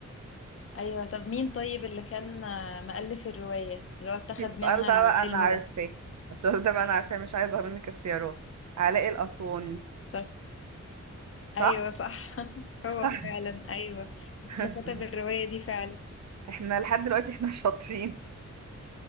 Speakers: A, on the left; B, on the right.
A: ايوه طب مين طيب اللي كان آه، مؤلف الرواية اللي هو اتخذ
B: السؤال
A: منها
B: ده
A: الفيلم
B: بقى انا عارفاه
A: ده
B: السؤال ده بقى انا عارفاه مش عايزة منك اختيارات علاء الأسواني
A: طب
B: صح؟
A: ايوه صح <laughs> هو
B: صح
A: فعلا ايوه اللي
B: <laughs>
A: كتب الرواية دي فعلا
B: احنا لحد دلوقتي احنا شاطرين